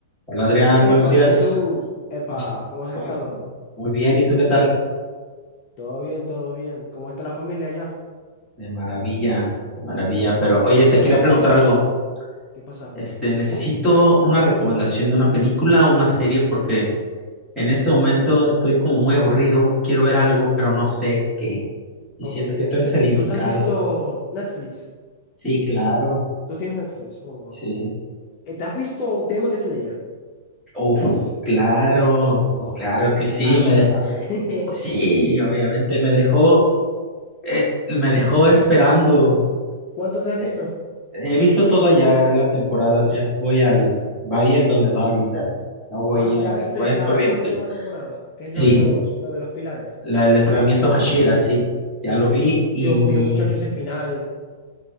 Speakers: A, in the centre; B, on the left.
A: Hola Adrián,
B: Épale,
A: buenos días.
B: Jesús. Epa,
A: ¿Cómo es-
B: ¿cómo has
A: cómo
B: estado?
A: es- Muy bien, ¿y tú qué tal?
B: Todo bien, todo bien. ¿Cómo está la familia allá?
A: De maravilla, de maravilla. Pero oye, te quería preguntar algo.
B: ¿Qué pasa?
A: Este, necesito una recomendación de una película o una serie porque en ese momento estoy como muy aburrido, quiero ver algo, pero no sé qué. Y
B: Ok.
A: siento que tú eres el indicado.
B: ¿Tú te has visto Netflix?
A: Sí, claro,
B: Tú tienes Netflix, supongo.
A: sí.
B: Eh, ¿Te has visto Demon Slayer?
A: Uf, claro,
B: Oh,
A: claro
B: Dios mío,
A: que sí.
B: claro
A: Me
B: que
A: de-
B: lo sabes. <laughs>
A: Sí, obviamente me dejó, eh, me dejó esperando.
B: ¿Cuánto te has
A: eh,
B: visto?
A: He visto todo ya la temporada,
B: Todo.
A: ya voy al, va ahí en donde va ahorita. No voy
B: ¿Va?
A: a,
B: ¿Ya viste
A: voy al
B: la,
A: corriente.
B: la última temporada? Que
A: Sí,
B: es la de los, la de los pilares.
A: la- el entrenamiento Hashira, sí,
B: Sí,
A: ya lo
B: sí.
A: vi y,
B: Dios mío, muchacho, ese final.